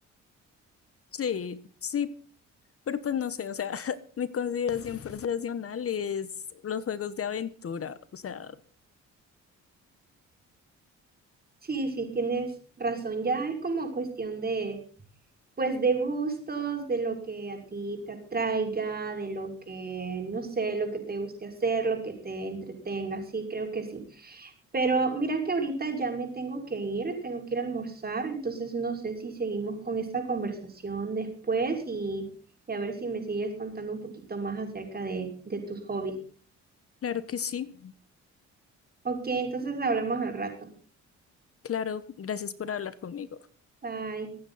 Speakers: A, on the left (about 50°); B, on the right (about 30°).
A: Sí, sí, pero pues no sé, o sea, <laughs> mi consideración personal es los juegos de aventura, o sea,
B: Sí, sí, tienes razón, ya es como cuestión de, pues, de gustos, de lo que a ti te atraiga, de lo que, no sé, lo que te guste hacer, lo que te entretenga, sí, creo que sí. Pero mira que ahorita ya me tengo que ir, tengo que ir a almorzar, entonces no sé si seguimos con esta conversación después y, y a ver si me sigues contando un poquito más acerca de, de tus hobbies.
A: claro que sí.
B: Ok, entonces hablamos al rato.
A: Claro, gracias por hablar conmigo.
B: Bye.